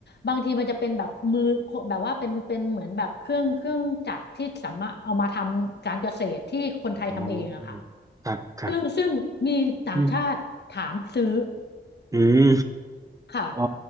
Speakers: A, on the left; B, on the right.
A: บางทีมันจะเป็นแบบมือแบบว่าเป็นเป็นเหมือนแบบเครื่องเครื่องจักรที่สามารถเอามาทำการเกษตรที่คนไทยทำเองอะค่ะ
B: อ๋อครับครับ
A: ซึ่งซึ่งมีต่างชาติถามซื้อ
B: อืมอืม
A: ค่ะ
B: อ๋อ